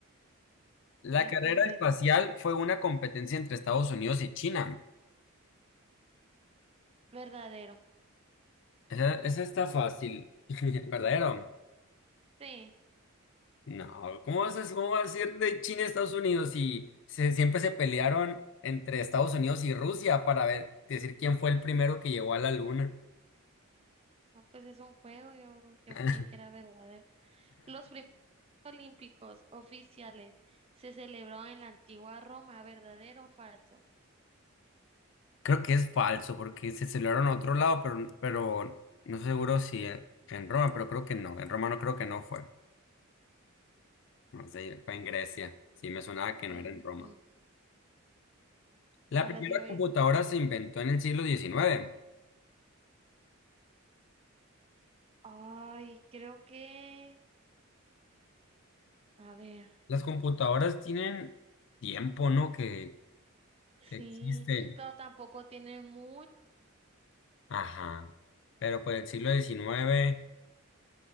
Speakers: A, on the left; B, on the right.
A: La
B: voy a
A: carrera
B: empezar
A: espacial
B: yo.
A: fue una competencia entre Estados Unidos y China.
B: Verdadero.
A: Esa, esa está fácil. <laughs> ¿Verdadero?
B: Sí,
A: No, ¿cómo vas a, cómo vas a ir de China a Estados Unidos si se- siempre se pelearon entre Estados Unidos y Rusia para ver, decir quién fue el primero que llegó a la luna?
B: no, pues es un juego, yo, yo
A: <laughs>
B: creí que era verdadero. Los primeros olímpicos oficiales se celebraron en la antigua Roma, ¿verdadero o falso?
A: Creo que es falso porque se celebraron a otro lado, pero, pero no estoy seguro si en, en Roma, pero creo que no. En Roma no creo que no fue. No sé, fue en Grecia. Sí, me sonaba que
B: Ujú.
A: no era en Roma. La
B: Ahora
A: primera
B: sí oigo.
A: computadora se inventó en el siglo XIX.
B: Ay, creo que, a ver,
A: Las computadoras tienen tiempo, ¿no? Que
B: sí,
A: que existen.
B: pero tampoco tienen mucho.
A: Ajá. Pero pues el siglo diecinueve